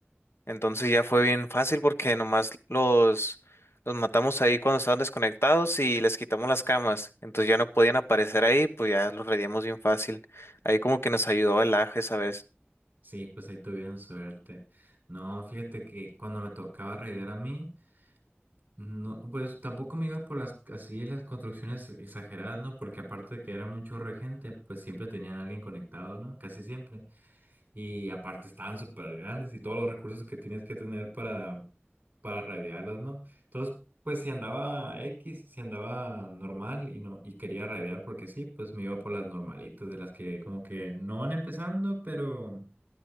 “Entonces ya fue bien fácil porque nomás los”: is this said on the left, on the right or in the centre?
Left